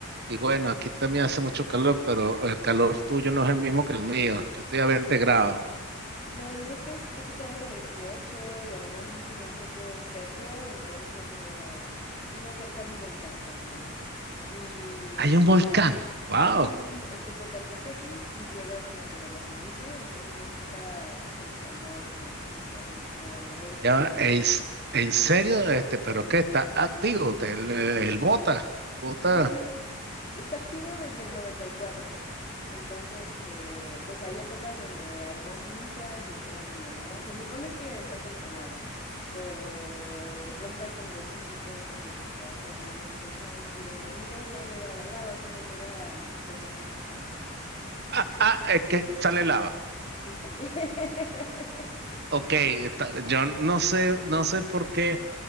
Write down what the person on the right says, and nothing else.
Y bueno, aquí también hace mucho calor, pero el calor tuyo no es el mismo que el mío. Yo estoy a veinte grados.
Hay un
volcán. Wow.
Ya, va,
es, en serio, este, pero qué está activo. Te- El, el bota. Bota.
Ah, ah, es que sale lava.
Ok, está- yo no sé, no sé por qué.